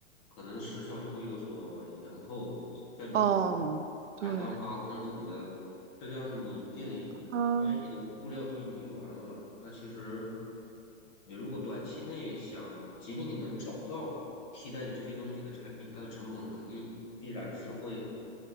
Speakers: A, on the left; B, on the right.
A: 可能时效就会有所延后。再比如说
B: 嗯，对，
A: 海关罢工怎么的，这样你店里万一你的物料都已经用完了，
B: 它
A: 那其实。你如果短期内想，即便你能找到替代你这些东西的产品，它的成本肯定必然是会